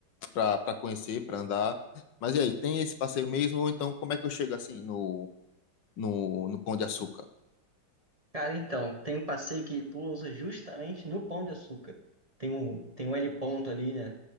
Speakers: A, on the left; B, on the right.
A: Pra, pra conhecer, pra andar. Mas e aí, tem esse passeio mesmo? Ou então, como é que eu chego assim no, no, no Pão de Açúcar?
B: cara, então, tem um passeio que pousa justamente no Pão de Açúcar. Tem um, tem um heliponto ali, né?